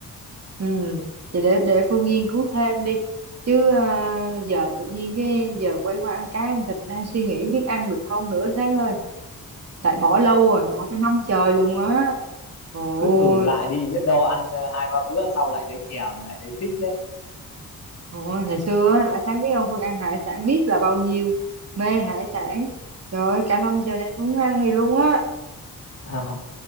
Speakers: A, on the right (about 45°); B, on the left (about 50°).
A: ừ. Vậy để để Phương nghiên cứu thêm đi chứ à, giờ tự nhiên cái giờ quay qua ăn cá ăn thịt đang suy nghĩ biết ăn được không nữa Sáng ơi tại bỏ lâu rồi bỏ cả năm trời luôn á ôi
B: cứ thử lại đi biết đâu ăn ờ, hai ba bữa sau lại thấy thèm lại thấy thích đấy
A: ôi ngày xưa á hả, sáng biết ông Phương ăn hải sản biết là bao nhiêu mê hải sản trời ơi cả năm trời nay Phương không ăn gì luôn á
B: <laughs>